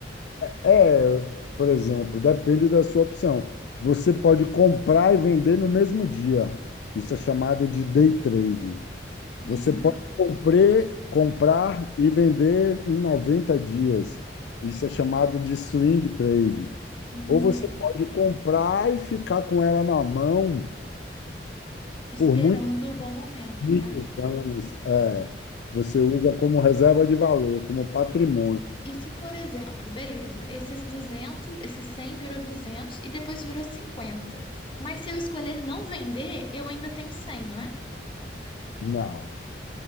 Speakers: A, on the left (about 70°); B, on the left (about 30°).
A: É, por exemplo, depende da sua opção. Você pode comprar e vender no mesmo dia. Isso é chamado de day trade.
B: Uhum.
A: Você pode compre- comprar e vender em 90 dias. Isso é chamado de swing trade.
B: Hum.
A: Ou você pode comprar e ficar com ela na mão
B: Esperando
A: por muitos,
B: o bom momento,
A: muitos
B: né?
A: anos. É, você usa como reserva de valor, como patrimônio.
B: E se, por exemplo, beleza, esses 200, esses 100 virou 200 e depois virou 50. Mas se eu escolher não vender, eu ainda tenho 100, não é?
A: Não.